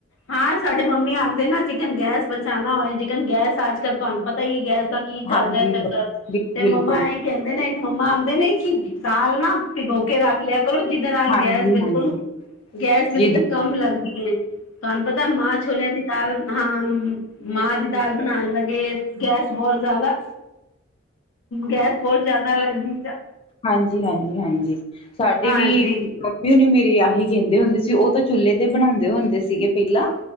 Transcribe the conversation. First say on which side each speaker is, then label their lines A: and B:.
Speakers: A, on the left; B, on the left.
A: ਹਾਂ ਸਾਡੇ ਮੰਮੀ ਆਖਦੇ ਨਾ ਜੇਕਨ ਗੈਸ ਬਚਾਣਾ ਹੋਏ ਜੇਕਨ ਗੈਸ ਅੱਜ ਕੱਲ੍ਹ ਤੁਹਾਨੂੰ ਪਤਾ ਹੀ ਐ ਗੈਸ ਦਾ ਕੀ ਚੱਲ
B: ਹਾਂਜੀ
A: ਰਿਹਾ
B: ਬ-
A: ਚੱਕਰ,
B: ਬਿਲ-
A: ਤੇ
B: ਬਿਲਕੁਲ
A: ਮੰਮਾ ਇਹ ਕਹਿੰਦੇ ਨੇ ਇੱਕ ਮੰਮਾ ਆਖਦੇ ਨੇ ਕਿ ਦਾਲ ਨਾ ਭਿਗੋ ਕੇ ਰੱਖ ਲਿਆ ਕਰੋ ਜਿਹਦੇ ਨਾਲ
B: ਹਾਂਜੀ
A: ਗੈਸ ਬਿਲਕੁਲ
B: ਹਾਂਜੀ
A: ਗੈਸ ਬਿਲਕੁਲ
B: ਜਿੱਦਾਂ
A: ਕਮ ਲੱਗਦੀ ਐ ਤੁਹਾਨੂੰ ਪਤਾ ਮਾ ਛੋਲਿਆਂ ਦੀ ਦਾਲ ਹਾਂ ਮਾਹ ਦੀ ਦਾਲ ਬਣਾਣ ਲੱਗੇ ਗੈਸ ਬਹੁਤ ਜ਼ਿਆਦਾ ਗੈਸ ਬਹੁਤ ਜਿਆਦਾ ਲੱਗਦੀ ਐ
B: ਹਾਂਜੀ-ਹਾਂਜੀ-ਹਾਂਜੀ ਸਾਡੀ
A: ਹਾਂਜੀ
B: ਵੀ ਮੱਮੀ ਓਨੀ ਮੇਰੇ, ਆਹੀ ਕਹਿੰਦੇ ਹੁੰਦੇ ਸੀ, ਉਹ ਤਾਂ ਚੁੱਲੇ ਤੇ, ਬਣਾਉਂਦੇ ਹੁੰਦੇ ਸੀਗੇ ਪਹਿਲਾਂ